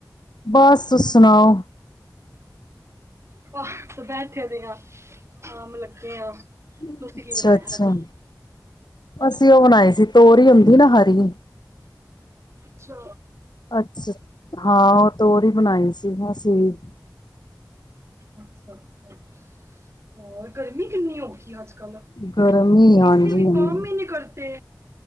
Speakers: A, on the left; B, on the right.
A: ਬਸ ਸੁਣਾਓ।
B: ਬੱਹ ਬੈਠੇ ਦੇ ਆ ਕਾਮ ਲੱਗੇ ਆ।
A: ਅੱਛਾ-
B: ਤੁਸੀਂ ਕੀ ਬਣਾਇਆ
A: ਅੱਛਾ
B: ਅੱਜ
A: ਅਸੀਂ ਔਹ ਬਣਾਏ ਸੀ ਤੋਰੀ ਹੁੰਦੀ ਏ ਨਾ ਹਰੀ।
B: ਅੱਛਾ।
A: ਅੱਛਾ ਛ ਹਾਂ, ਔਹ ਤੋਰੀ ਬਣਾਈ ਸੀ ਬਸ। <unintelligible>
B: ਅੱਛਾ-ਅੱਛਾ ਹੋਰ। ਗਰਮੀ ਕਿੰਨੀ ਹੋ ਗਈ ਅੱਜ- ਕੱਲ,
A: ਗਰਮੀ
B: ਏ
A: ਹਾਂਜੀ
B: ਸੀ ਵੀ
A: ਹਾਂਜੀ
B: ਕੰਮ ਹੀ ਨਹੀਂ ਕਰਦੇ।